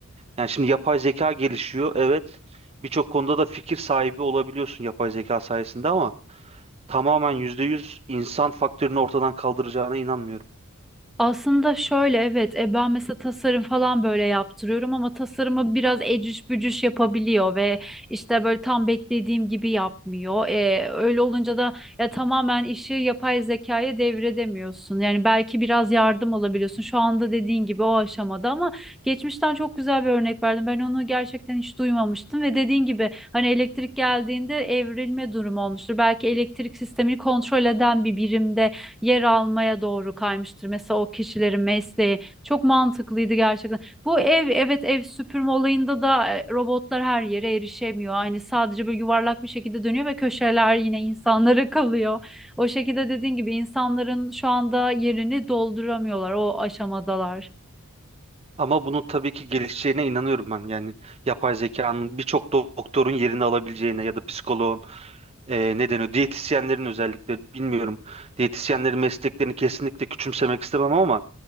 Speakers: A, on the right; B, in the centre.
A: Yani şimdi yapay zeka gelişiyor. Evet. Birçok konuda da fikir sahibi olabiliyorsun yapay zeka sayesinde ama tamamen %100 insan faktörünü ortadan kaldıracağına inanmıyorum.
B: Aslında şöyle evet e, ben mesela tasarım falan böyle yaptırıyorum ama tasarımı biraz ecüş bücüş yapabiliyor ve işte böyle tam beklediğim gibi yapmıyor. E, öyle olunca da ya tamamen işi yapay zekaya devredemiyorsun. Yani belki biraz yardım alabiliyorsun. Şu anda dediğin gibi o aşamada ama geçmişten çok güzel bir örnek verdim. Ben onu gerçekten hiç duymamıştım ve dediğin gibi hani elektrik geldiğinde evrilme durumu olmuştur. Belki elektrik sistemini kontrol eden bir birimde yer almaya doğru kaymıştır. Mesela o kişilerin mesleği çok mantıklıydı gerçekten. Bu ev evet ev süpürme olayında da e, robotlar her yere erişemiyor. Hani sadece böyle yuvarlak bir şekilde dönüyor ve köşeler yine insanlara <laughs> kalıyor. O şekilde dediğin gibi insanların şu anda yerini dolduramıyorlar. O aşamadalar.
A: Ama bunun tabii ki gelişeceğine inanıyorum ben. Yani yapay zekanın birçok doktorun yerini alabileceğine ya da psikoloğun e, ne deniyor? Diyetisyenlerin özellikle bilmiyorum. Diyetisyenlerin mesleklerini kesinlikle küçümsemek istemem ama